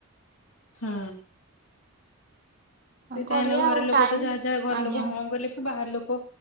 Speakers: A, on the left; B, on the right.
A: ହୁଁ ସେଇଟା
B: ହଁ କରିବା
A: ହେନେ ଘର
B: ଆଉ
A: ଲୋକ
B: ଟାଇମ
A: ତ ଯାହା ଯାହା ଘର
B: ଆଜ୍ଞା
A: ଲୋକ ହଁ କହିଲେ ତ ବାହାର ଲୋକ।